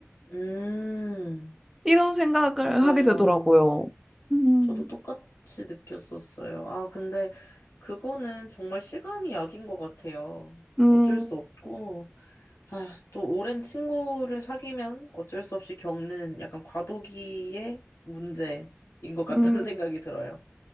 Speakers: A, on the left; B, in the centre.
A: 음,
B: 이런 생각을
A: 맞아요.
B: 하게 되더라고요. 음,
A: 저도 똑같이 느꼈었어요. 아, 근데 그거는 정말 시간이 약인 것 같아요.
B: 음,
A: 어쩔 수 없고, 아, 또 오랜 친구를 사귀면 어쩔 수 없이 겪는 약간 과도기의 문제인 것 같다는
B: 음.
A: <laughs> 생각이 들어요.